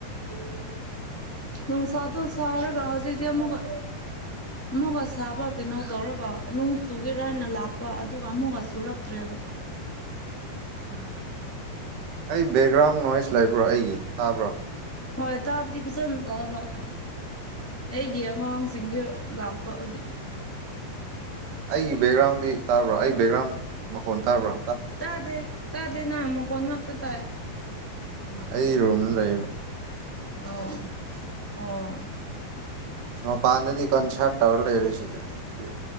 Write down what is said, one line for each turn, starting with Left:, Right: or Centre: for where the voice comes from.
Centre: <inaudible> ꯅꯨꯡꯁꯥꯇꯨ ꯁꯥꯔꯒ ꯍꯧꯖꯤꯛꯇꯤ ꯑꯃꯨꯛꯀ ꯑꯃꯨꯛꯒ ꯁꯥꯕ ꯀꯩꯅꯣ ꯇꯧꯔꯒ ꯅꯨꯡ ꯆꯨꯒꯦꯔ ꯍꯥꯏꯅ ꯂꯥꯛꯄ ꯑꯗꯨꯒ ꯑꯃꯨꯛꯒ ꯆꯨꯔꯛꯇ꯭ꯔꯦꯕ
Right: ꯎꯝ ꯑꯩ ꯕꯦꯛꯒ꯭ꯔꯥꯎꯟ ꯅꯣꯏꯁ ꯂꯩꯕ꯭ꯔꯣ ꯑꯩꯒꯤ ꯇꯥꯕ꯭ꯔꯣ
Centre: ꯍꯣꯏ ꯇꯥꯕꯗꯤ ꯐꯖꯅ ꯇꯥꯏꯕ ꯑꯩꯒꯤ ꯑꯉꯥꯡꯁꯤꯡꯁꯨ ꯂꯥꯛꯄ ꯍꯧꯖꯤꯛ
Right: ꯑꯩꯒꯤ ꯕꯦꯛꯒ꯭ꯔꯥꯎꯟꯗꯤ ꯇꯥꯕ꯭ꯔꯥ ꯑꯩ ꯕꯦꯛꯒ꯭ꯔꯥꯎꯟ ꯃꯈꯣꯟ ꯇꯥꯕ꯭ꯔꯥ
Centre: ꯇꯥꯗꯦ ꯇꯥꯗꯦ ꯅꯪ ꯃꯈꯣꯟ ꯉꯥꯛꯇ ꯇꯥꯌꯦ
Right: ꯑ ꯑꯩ ꯔꯣꯝꯅ ꯂꯩꯌꯦꯕ
Centre: ꯑꯣ ꯑꯣ
Right: ꯃꯄꯥꯟꯗꯗꯤ ꯀꯟ ꯁꯥꯔꯠ ꯇꯧꯔ ꯂꯩꯔꯣꯏꯁꯤꯗ ꯑꯗꯨ